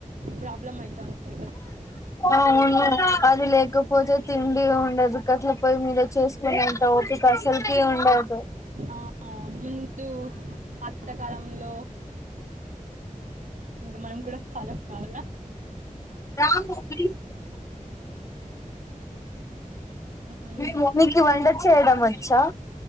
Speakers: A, on the right (about 65°); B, on the left (about 20°).
A: ప్రాబ్లం అవుతుంది కదా
B: అవును అది లేకపోతే తిండి ఉండదు కదా పోయి మీద చేసుకునే అంత ఓపికా అసలుకి ఉండ దు
A: ఆ, ముందు పాతకాలంలో ఇక మనం కూడా ఫాలో కావల్ల
B: రాము ప్లీజ్
A: ఉమ్,
B: మీ మమ్మీ వంట చేయడం వచ్ చ